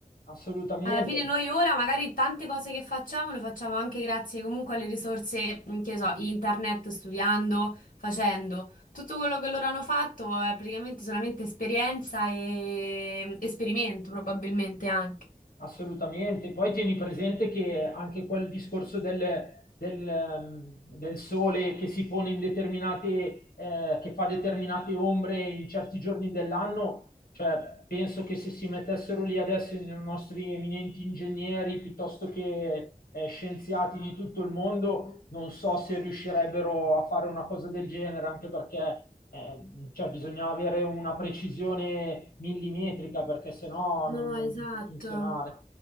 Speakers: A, on the left; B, on the left.
A: Assolutamente.
B: Alla fine noi ora magari tante cose che facciamo le facciamo anche grazie comunque alle risorse, mm, che ne so, internet, studiando, facendo. Tutto quello che loro hanno fatto è praticamente solamente esperienza e mm, esperimento probabilmente anche.
A: Assolutamente. Poi tieni presente che anche quel discorso del, del, ehm, del sole che si pone in determinate, eh, che fa determinate ombre in certi giorni dell'anno, cioè penso che se si mettessero lì adesso i nostri eminenti ingegneri piuttosto che eh, scienziati di tutto il mondo, non so se riuscirebbero a fare una cosa del genere, anche perché eh, cioè, bisogna avere una precisione millimetrica, perché sennò
B: No,
A: non, non
B: esatto.
A: può funzionare.